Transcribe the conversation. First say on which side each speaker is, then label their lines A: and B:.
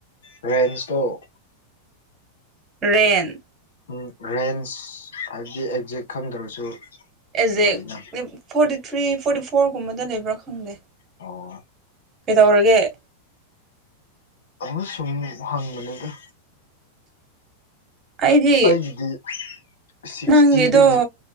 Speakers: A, on the left; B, on the right.
A: ꯔꯦꯟꯖ ꯇꯣ
B: ꯔꯦꯟ
A: ꯎꯝ ꯔꯦꯟꯁ ꯍꯥꯏꯕꯗꯤ ꯑꯦꯛꯖꯦꯛ ꯈꯪꯗ꯭ꯔꯁꯨ
B: ꯑꯦꯖꯦꯛ
A: ꯂꯩꯅ
B: ꯐꯣꯔꯇꯤ ꯊ꯭ꯔꯤ ꯐꯣꯔꯇꯤ ꯐꯣꯔꯒꯨꯝꯕꯗ ꯂꯩꯕ꯭ꯔꯥ ꯈꯪꯗꯦ
A: ꯑꯣ
B: ꯀꯩꯗꯧꯔꯒꯦ
A: ꯑꯃ ꯁꯨꯝ ꯍꯪꯕꯅꯤꯗ
B: ꯑꯩꯗꯤ
A: ꯑꯩꯒꯤꯗꯤ ꯁꯤꯛꯁꯇꯤꯗꯒꯤ
B: ꯅꯪꯒꯤꯗꯣ